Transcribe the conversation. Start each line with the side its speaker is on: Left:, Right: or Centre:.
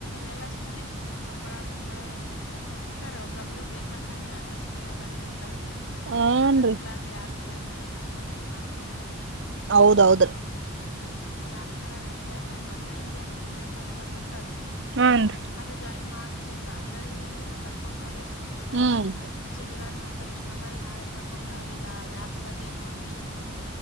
Left: ಎಲ್ಲ ಸುಮನೆ ಕಪ್ಪಳ ಪಿಪ್ಪಳ ಹಿಂಗೆ ನಡೆಸ್ಕೊಂತಿರ್ತಾರೆ ಒಬ್ಬ್ರೊಬ್ಬರು ಬೇಕಂತ ನೀ ಅಡ್ರೆಸ್ ಕೇಳಿ ಬಂದಿರ್ತಾರಲ್ಲಾ
Right: ಹೂನ್ರಿ
Left: ಅಡ್ರೆಸ್ ಇಲ್ಲಾದ್ರೆ ಯಾರ ಜಾಯ್ನ್ ಆಗಲ್ಲ ಅಂತ ಹೇಳಿ ಹೆಂಗ ಮಾಡ್ಕೊಂಡಾರ ನ
Right: ಹೌದೌದು
Left: ಹ್ಮ ನೀವ್ ಆಪ್ಗಳೆಲ್ಲ ಹಿಂಗಗೆ ಇರ್ತಾವ ಮೊದ್ ಇಂಡಿಯನ್ ಮನಿ ಆ್ಯಪ್ ಅಂತ ಒಂದಿತ್ತು
Right: ಹ್ಞೂನ್ರಿ
Left: ಅದು ಜಾಯಿನ್ ಮಾಡ್ಸ್ಬೇಕು ಅದ್ರಲ್ಲಿ ನಂಬರ್ ಕೊಡ್ತಾರ ಅವರು ಇಂಥ್
Right: ಹ್ಮ್
Left: ಇಷ್ಟ ಡಿವೈಡ್ ಮಾಡ್ತಾರೆ ಇಷ್ಟ್ ನಂಬರ್ಗ ನಾವ ನ್ ಮಾಡ್ಬೇಕು ಅವ್ರಿಗೆ ಆ ಆ್ಯಪ್ ಬಗೆ ಎ ಫರ್ಮಿಷನ್ ಕೊಟ್ಟ